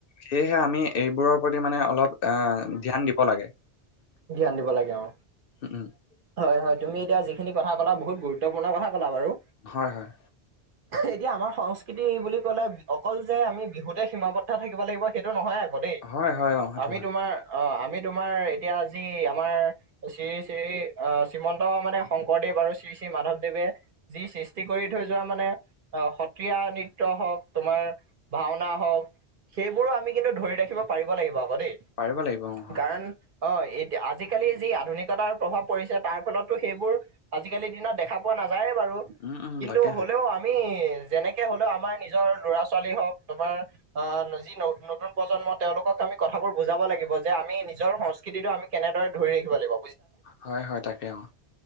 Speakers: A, on the left; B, on the right.
A: সেয়েহে আমি এইবোৰৰ প্ৰতি মানে অলপ আ ধ্যান দিব লাগে!
B: ধ্যান দিব লাগে অ
A: <inaudible>
B: হয়, হয়, তুমি এতিয়া যিখিনি কথা কলা বহুত গুৰুত্বপূৰ্ণ কথা কলা বাৰু!
A: হয় হয়!
B: এতিয়া, আমাৰ সংস্কৃতি বুলি ক'লে অকল যে আমি বিহুতে সীমাবদ্ধ থাকিব লাগিব সেইটো নহয় <unintelligible>
A: হয়, হয়, অ', সেইটো
B: আমি
A: হয়,
B: তোমাৰ অঁ আমি তোমাৰ এতিয়া যি আমাৰ! শ্ৰী শ্ৰী আহ শ্ৰীমন্ত মানে শংকৰদেৱ আৰু শ্ৰী শ্ৰী মাধৱদেৱে, যি সৃষ্টি কৰি থৈ যোৱা মানে আহ সত্ৰীয়া নৃত্য হওক তোমাৰ, ভাওনা হওক সেইবোৰো আমি কিন্তু ধৰি ৰাখিব পাৰিব লাগিব আক দেই!
A: পাৰিব লাগিব অ', হয়,
B: কাৰণ, অঁ', এতি আজিকালি যি আধুনিকতাৰ প্ৰভাৱ পৰিছে তাৰ ফলতো সেইবোৰ, আজি কালিৰ দিনত দেখা পোৱা নাযায়ে বাৰু?
A: উম, উম,
B: কিন্তু,
A: তাকেহে,
B: হলেও আমি যেনেকে হ'লেও আমাৰ নিজৰ ল'ৰা ছোৱালী হওক তোমাৰ, আহ যি নতুন প্ৰজন্ম তেওঁলোকক আমি কথাবোৰ বুজাব লাগিব! যে, আমি নিজৰ সস্কৃতি সংস্কৃতি টো কেনেদৰে ধৰি ৰাখিব লাগিব!
A: হয়, হয় তাকে অঁ,